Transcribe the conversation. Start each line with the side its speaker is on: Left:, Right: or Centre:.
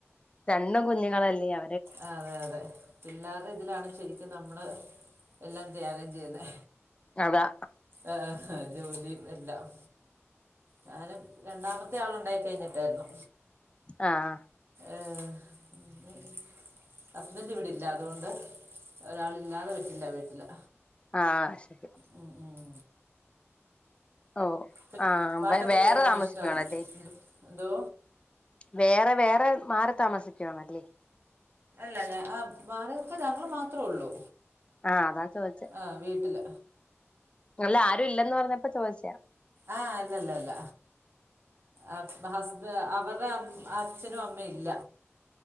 Left: രൺ ണ്ടും കുഞ്ഞുങ്ങളല്യോ
Right: ആഹ് അതെ അതെ പിള്ളാരുടെ ഇതിലാണ് ശരിക്കും നമ്മള് എല്ലാം ത്യാഗം ചെയ്യുന്നെ.
Left: അതാ.
Right: എആഹാ ജോലിയും എല്ലാം. ഞാനും രണ്ടാമത്തെ ആളുണ്ടായി കഴിഞ്ഞിട്ടായിരുന്നു.
Left: അആഹ്
Right: ഏഹ് <unintelligible> ഹസ്ബൻഡിവിടില്ല. അതുകൊണ്ട് ഒരാളില്ലാതെ പറ്റില്ല വീട്ടില്.
Left: ആഹ് ശരി.
Right: ഉം ഉം
Left: ഓ
Right: പി
Left: ആഹ്
Right: പാട്ടൊക്കെ
Left: വേ വേറെ
Right: കേക്കാൻ
Left: താമസിക്കുവാണല്ലേ
Right: ഇഷ്ടാണോ? ന്തൊ എന്തോ?
Left: വേറെ വേറെ മാറി താമസിക്കുവാണല്ലേ?
Right: അല്ല ഞ ആഹ് വാടകക്ക് ഞങ്ങള് മാത്രെ ഉള്ളൂ.
Left: ആഹ് അതാ ചോദിച്
Right: ആഹ് വീട്ടില്.
Left: അല്ല ആരും ഇല്ലന്ന് പറഞ്ഞപ്പ ചോദിച്ചയാ.
Right: ആഹ് അല്ലല്ലല്ല. അ വ ഹസ്ബ അവരെ ആ അച്ഛനും അമ്മയും ല്ല.